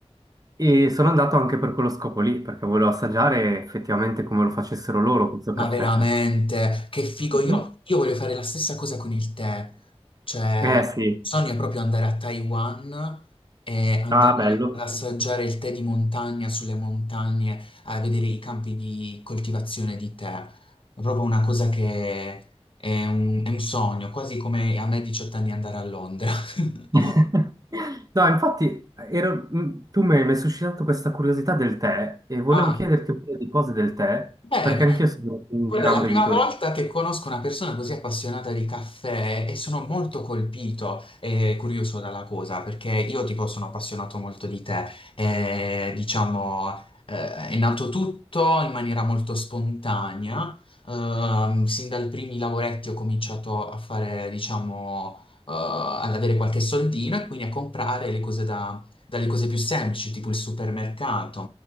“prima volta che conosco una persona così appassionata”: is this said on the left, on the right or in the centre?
Left